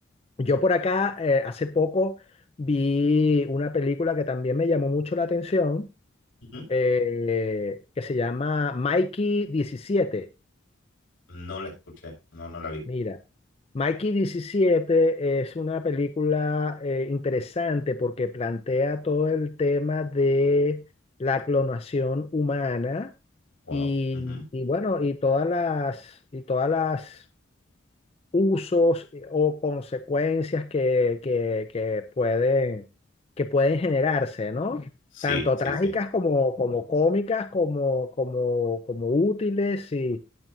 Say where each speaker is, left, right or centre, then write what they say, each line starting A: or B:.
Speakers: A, on the left; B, on the left.
A: Yo por acá
B: Sí.
A: eh, hace poco vi una película que también me llamó mucho la atención,
B: Ujú.
A: eh, que se llama Mikey diecisiete.
B: No la escuché, no, no la vi.
A: Mira, Mikey diecisiete es una película eh, interesante porque plantea todo el tema de la clonación humana
B: Wow.
A: y,
B: Ujú.
A: y bueno, y todas las, y todas las usos eh, o consecuencias que, que, que pueden, que pueden generarse, ¿no?
B: Sí,
A: Tanto
B: sí,
A: trágicas
B: sí.
A: como, como cómicas, como, como, como útiles y